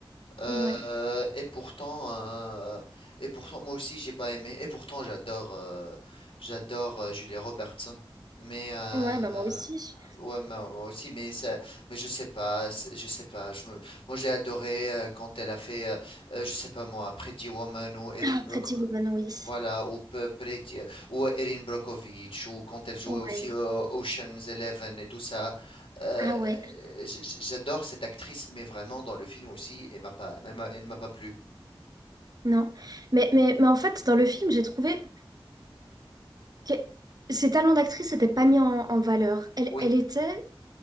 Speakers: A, on the left; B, on the right.
A: Euh,
B: Ouais.
A: et pourtant, euh, et pourtant, moi aussi, j'ai pas aimé. Et pourtant, j'adore, euh, j'adore euh, Julia Roberts. Mais euh,
B: Ouais, bah moi aussi.
A: ouais, moi, moi aussi. Mais ça, mais je sais pas, c'est- je sais pas. Je me- moi, j'ai adoré euh, quand elle a fait, euh, euh, je sais pas moi, Pretty Woman ou Erin
B: Ah,
A: Brockovich.
B: Pretty Woman, oui.
A: Voilà, ou peu- Pretty- ou Erin Brockovich, ou quand elle jouait
B: Ouais.
A: aussi euh, Ocean's Eleven et tout ça. Euh,
B: Ah ouais,
A: j- j- j'adore cette actrice, mais vraiment dans le film aussi, elle m'a pas, elle m'a elle m'a pas plu.
B: non. Mais, mais, mais en fait, dans le film, j'ai trouvé que ses talents d'actrice n'étaient pas mis en, en valeur. Elle,
A: Oui.
B: elle était